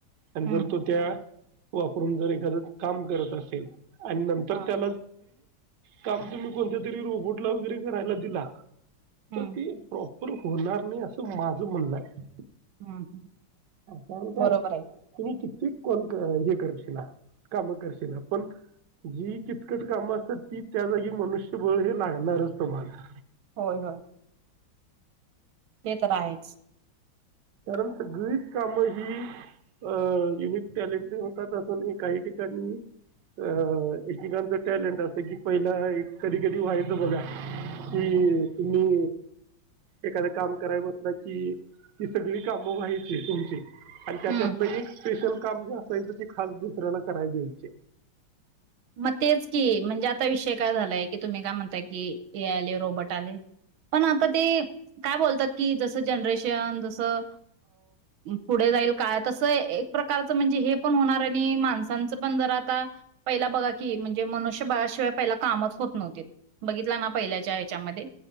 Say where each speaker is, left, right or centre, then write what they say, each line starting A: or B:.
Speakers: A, on the right (about 65°); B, on the right (about 75°).
A: आणि
B: हम्म
A: जर तो
B: हम्म
A: त्या वापरून जर एखादं काम करत असेल आणि नंतर
B: हा
A: त्याला काम तुम्ही कोणत्या तरी रोबोटला वैैगरे कराय दिला
B: हम्म
A: तर ते प्रोप होणार नाही असं माझं म्हणणं आहे
B: हम्म
A: पण का
B: बरोबर आहे
A: तुम्ही किती कोण हे करशिला काम करशिला पण जी किचकट काम असत ती त्या जागी मनुष्यबळ हे लागणारच तुमाला
B: होय होय ते तर आहेच
A: कारण सगळीच काम ही अं युनिक टॅलेंट होतात असं नाही काही ठिकाणी अ एकेकांच टॅलेंट असत कि पहिला कधी कधी व्हायचं बघा कि तुम्ही एखादं काम कराय बसला कि ती सगळी कामं व्हायची तुमची आणि त्याच्यात
B: हं.
A: एक स्पेशल काम जे असायचं ते खाल दुसऱ्याला कराय द्यायचे
B: मग तेच की म्हणजे आता विषय काय झालाय की तुम्ही काय म्हणताय कि हे आले रोबोट आले पण आता ते काय बोलतात की जसं जनरेशन अं जसं पुढे जाईल काय तसं एक प्रकारच म्हणजे हे पण होणार आणि माणसांचं पण जरा आता पहिला बघा की म्हणजे मनुष्यबळाशिवाय पहि कामच होत नव्हतीत बघितला ना पहिल्याच्या ह्याच्यामध्ये